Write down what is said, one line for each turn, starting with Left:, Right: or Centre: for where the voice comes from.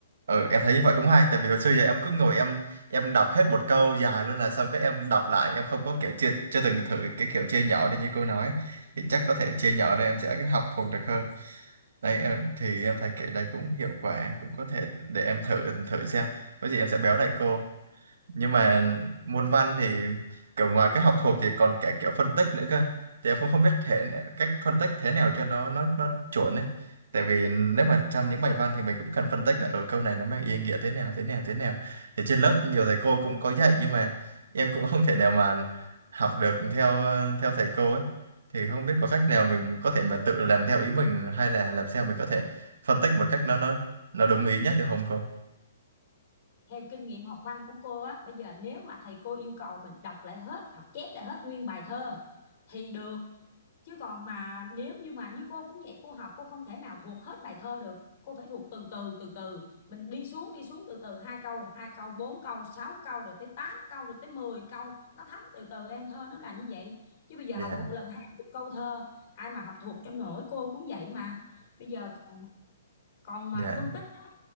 Right: ừ em thấy như vậy cũng hay tại vì hồi xưa giờ em cứ ngồi em em đọc hết một câu dài luôn là xong cái em đọc lại em không có kiểu chưa chưa từng thử cái kiểu chia nhỏ đi như cô nói. Thì chắc có thể chia nhỏ ra em sẽ học thuộc được hơn. Đây em thì em thấy kiểu đây cũng hiệu quả, cũng có thể để em thử thử xem. Có gì em sẽ báo lại cô. nhưng mà môn văn thì kiểu ngoài cái học thuộc thì còn cả kiểu phân tích nữa cơ thì em cũng không biết thế nào- cách phân tích thế nào cho nó nó nó chuẩn ấy tại vì nếu mà trong những bài văn thì mình cũng cần phân tích là ở câu này nó mang ý nghĩa thế nào thế nào thế nào thì trên lớp nhiều thầy cô cũng có dạy nhưng mà em cũng không thể nào mà học được theo ờ, theo thầy cô ấy thì không biết có cách nào mình có thể mà tự làm theo ý mình hay là làm sao mình có thể phân tích một cách nó nó nó đúng ý nhất được không cô
Left: theo kinh nghiệm học văn của cô á bây giờ nếu mà thầy cô yêu cầu mình đọc lại hết học chép lại hết nguyên bài thơ thì được chứ còn mà nếu như mà như cô cũng vậy cô học cô không thể nào thuộc hết bài thơ được cô phải thuộc từ từ từ từ mình đi xuống đi xuống từ từ hai câu hai câu bốn câu sáu câu rồi tới tám câu rồi tới mười câu nó thấm từ từ em thơ nó là như vậy chứ bây giờ
Right: dạ
Left: học một lần hai chục câu thơ ai mà học thuộc cho nổi cô cũng vậy mà bây giờ còn còn mà
Right: dạ
Left: phân tích á,